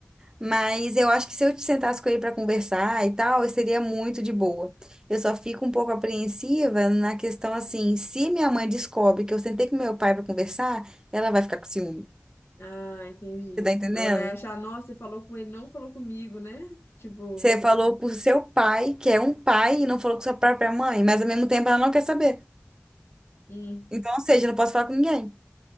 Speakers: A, on the right (about 15°); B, on the left (about 80°).
A: Mas eu acho que se eu te sentasse com ele para conversar e tal, eu seria muito de boa. Eu só fico um pouco apreensiva na questão assim, se minha mãe descobre que eu sentei com meu pai para conversar, ela vai ficar com ciúme.
B: Ah, entendi.
A: Você tá entendendo?
B: Ela vai achar, nossa, você falou com ele, não falou comigo, né? Tipo,
A: Você falou pro seu pai, que é um pai, e não falou com sua própria mãe, mas ao mesmo tempo ela não quer saber.
B: hum,
A: Então, ou seja, eu não posso falar com ninguém.